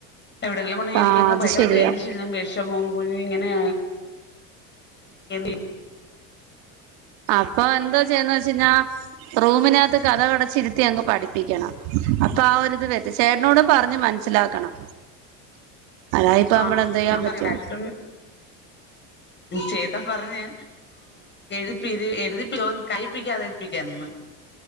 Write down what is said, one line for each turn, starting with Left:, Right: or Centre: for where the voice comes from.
Left: എവിടെങ്കിലും കൊണ്ടായ എനിക്കങ്ങ്
Right: ആഹ് അത്
Left: ഭയങ്കര
Right: ശരിയാ
Left: ടെൻഷനും വിഷമവും കൂടി എങ്ങനെ <inaudible>
Right: അപ്പൊ എന്താ ചെയ്യന്ന് വെച്ച് കഴിഞ്ഞാ റൂമിനകത്ത് കഥകടച്ചിരുത്തി അങ്ങ് പഠിപ്പിക്കണം. അപ്പൊ ആ ഒരുരിത് വ ചേട്ടനോടും പറഞ്ഞ് മനസ്സിലാക്കണം. അതാ ഇപ്പൊ നമ്മൾ
Left: ആണ്
Right: എന്ത് ചെയ്യാൻ
Left: ഞാൻ പറയാ
Right: പറ്റും
Left: കഴച്ചിട്ടന്ന് ചേട്ടൻ പറഞ്ഞ് എപ്പി ഇ എഴതിപ്പിക്ക കഴപ്പിക്കാതെ എപ്പിക്ക എന്ന്